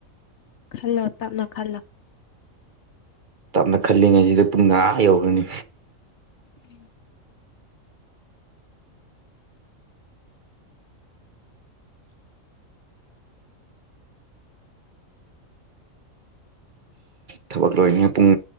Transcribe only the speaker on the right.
ꯇꯞꯅ ꯈꯜꯂꯤꯉꯩꯁꯤꯗ ꯄꯨꯡ ꯑꯥ ꯌꯧꯔꯅꯤ
ꯊꯕꯛ ꯂꯣꯏꯅꯤꯉꯩ ꯄꯨꯡ